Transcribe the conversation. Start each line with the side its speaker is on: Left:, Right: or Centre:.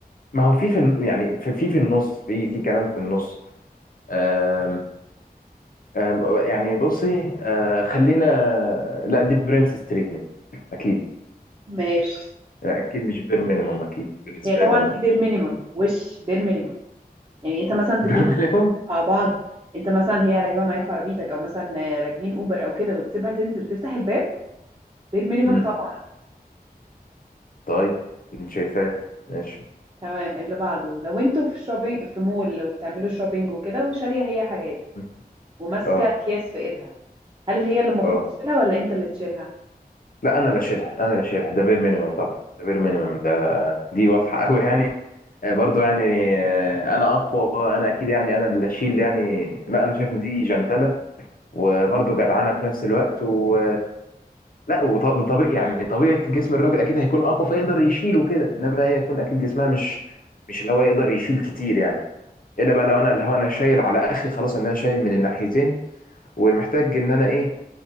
Left: ما هو في في الن- يعني في في في النص في في كلام في النص آم آم يعني بصي آه، خلينا لا دي برنسس تريتمنت اكيد
Right: ماشي
Left: لا اكيد مش بير مينيمم اكيد بالنسبه
Right: هي طبعا
Left: لي انا
Right: دي بير مينيمم وش بير مينيمم يعني انت مثلا تكونوا
Left: <laughs> بير مينيمم
Right: راكبين مع بعض انت مثلا هي راكبه معاك في عربيتك او مثلا آه، راكبين اوبر او كده وتسيبها تنزل تفتح الباب بير مينيمم
Left: امم
Right: طبعا
Left: طيب انت شايفاه ماشي
Right: تمام اللي بعده لو انتوا في شوبينج في مول لو بتعملوا شوبينج وكده وشاريه هي حاجات
Left: مم.
Right: وماسكه
Left: اه
Right: اكياس في ايدها هل هي اللي المفروض
Left: اه
Right: تشيلها ولا انت اللي تشيلها
Left: لا انا اللي شايلها انا اللي شايلها ده بير مينيمم طبعا ده بير مينيمم ده دي واضحه قوي يعني آه، برضو يعني آه، انا اقوى انا اكيد يعني انا اللي اشيل يعني لا انا شايف ان دي جنتله وبرضو جدعانه في نفس الوقت و لا وطبيعي يعني طبيعه جسم الراجل اكيد هيكون اقوى فيقدر يشيل وكده انما هي يكون اكيد جسمها مش مش اللي هو يقدر يشيل كتير يعني الا بقى لو انا اللي هو انا شايل على اخري خلاص ان انا شايل من الناحيتين ومحتاج ان انا ايه